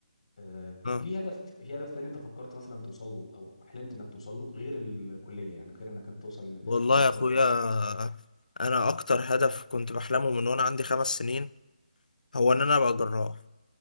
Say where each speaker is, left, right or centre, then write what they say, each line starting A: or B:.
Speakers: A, on the left (about 60°); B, on the left (about 85°).
A: آه،
B: اه
A: في هدف في هدف تاني انت فكرت مثلا توصل له او حلمت انك توصل له غير الكليه يعني غير انك انت توصل
B: والله
A: تبقى
B: يا
A: في
B: اخويا آه، انا اكتر هدف كنت بحلمه من وانا عندي خمس سنين هو ان انا ابقى جراح